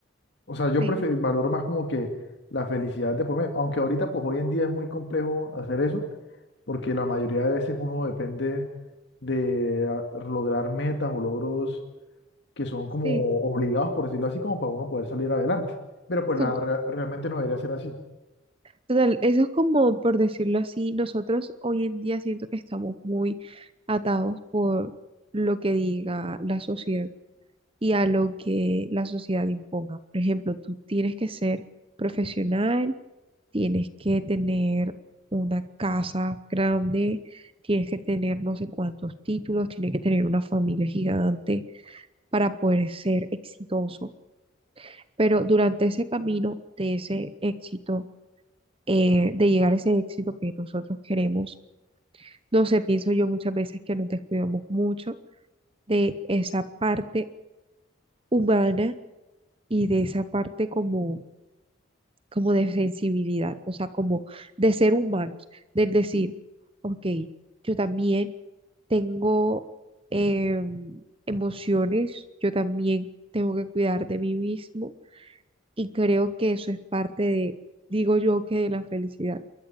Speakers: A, on the left; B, on the right.
A: o sea, yo
B: Sí,
A: prefe- valoro más como que la felicidad de por medio, aunque ahorita pues hoy en día es muy complejo hacer eso, porque la mayoría de veces uno depende de ah, lograr metas o logros que son como
B: sí.
A: obligados, por decirlo así, como para uno poder salir adelante. Pero pues
B: Son,
A: la,
B: co-
A: re- realmente no debería ser así.
B: total, eso es como, por decirlo así, nosotros hoy en día siento que estamos muy atados por lo que diga la sociedad. y a lo que la sociedad imponga. Por ejemplo, tú tienes que ser profesional, tienes que tener una casa grande, tienes que tener no sé cuántos títulos, tienes que tener una familia gigante para poder ser exitoso. Pero durante ese camino de ese éxito, eh, de llegar a ese éxito que nosotros queremos, no sé, pienso yo muchas veces que nos descuidamos mucho de esa parte humana y de esa parte como como de sensibilidad, o sea, como de ser humanos, del decir, ok, yo también tengo em, emociones, yo también tengo que cuidar de mí mismo y creo que eso es parte de, digo yo, que de la felicidad.